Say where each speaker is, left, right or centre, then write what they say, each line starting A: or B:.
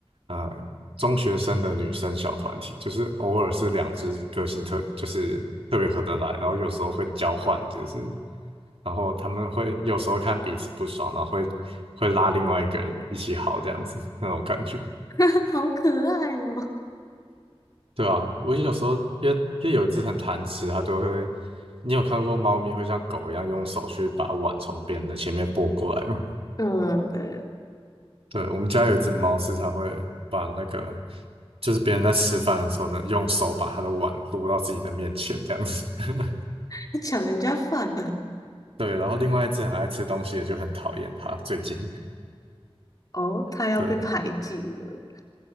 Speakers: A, on the right; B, on the left.
A: 呃，中学生的女生小团体，就是偶尔是两只个性特，就是特别合得来，然后有时候会交换，就是，然后他们会有时候看彼此不爽，然后会会拉另外一个人一起好这样子那种感觉，
B: <laughs> 好可爱哦。
A: 对啊，我有时候因为因为有一只很贪吃，它就会，你有看过猫咪会像狗一样用手去把碗从别人的前面拨过来吗？
B: <laughs> 嗯，对，
A: 对，我们家有一只猫，时常会把那个，就是别人在吃饭的时候呢，用手把它的碗撸到自己的面前，这样子。<laughs>
B: <laughs> 还抢人家饭了，
A: 对，然后另外一只很爱吃东西的就很讨厌它，最近。
B: 哦，
A: <laughs>
B: 他要被排挤了。
A: 对，